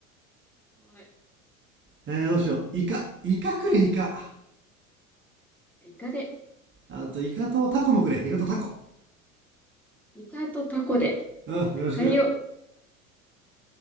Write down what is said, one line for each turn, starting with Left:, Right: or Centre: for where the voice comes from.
Centre: はい。
Right: えー、どうしよう。イカ。イカくれ、イカ。
Centre: あイカで、
Right: あと、イカとタコもくれ。イカとタコ。
Centre: イカとタコで。
Right: うん、よろしく。
Centre: はいよ。